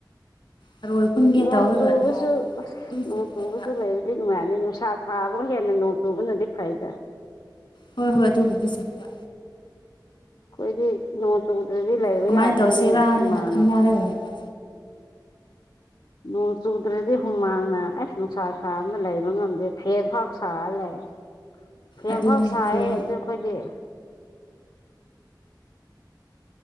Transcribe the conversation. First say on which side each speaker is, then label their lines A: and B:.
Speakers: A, on the left (about 85°); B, on the left (about 65°).
A: ꯊꯔꯣꯏ ꯈꯨꯟꯒꯦ
B: ꯅꯣꯡ
A: ꯇꯧꯔꯒ
B: ꯆꯨꯕꯁꯨ
A: ꯅꯣꯡ ꯑꯗꯨꯝ
B: ꯅꯣꯡ
A: ꯆꯨ
B: ꯆꯨꯕꯁꯨ
A: ꯂꯩꯕ
B: ꯂꯩꯕꯗꯤ ꯅꯨꯡꯉꯥꯏꯔꯅꯤ ꯅꯨꯡꯁꯥ ꯊꯥꯕ ꯍꯦꯟꯅ ꯅꯣꯡ ꯇꯨꯕꯅꯗꯤ ꯐꯩꯗ
A: ꯍꯣꯏ ꯍꯣꯏ ꯑꯗꯨꯕꯨꯗꯤꯁꯨꯕ
B: ꯑꯩꯈꯣꯏꯗꯤ ꯅꯣꯡ ꯆꯣꯡꯗ꯭ꯔꯗꯤ ꯂꯩꯕ
A: ꯀꯃꯥꯏꯅ
B: ꯌꯥꯗꯕꯅꯦ
A: ꯇꯧꯁꯤꯔꯥ
B: ꯍꯨꯃꯥꯡꯅ
A: ꯍꯥꯏꯅ ꯈꯟꯅꯔꯒ ꯂꯩꯕ
B: ꯅꯣꯡ ꯆꯨꯗ꯭ꯔꯗꯤ ꯍꯨꯃꯥꯡꯅ ꯑꯁ ꯅꯨꯡꯁꯥ ꯁꯥꯕꯅ ꯂꯩꯕ ꯉꯝꯗꯦ ꯐꯦꯟ ꯐꯥꯎ ꯁꯥꯔ ꯂꯩ ꯍꯐꯥꯎ
A: ꯑꯗꯨꯅꯦ
B: ꯁꯥꯏꯌꯦꯦ
A: ꯁꯦꯟ
B: ꯑꯗꯨ ꯑꯩꯈꯣꯏꯗꯤ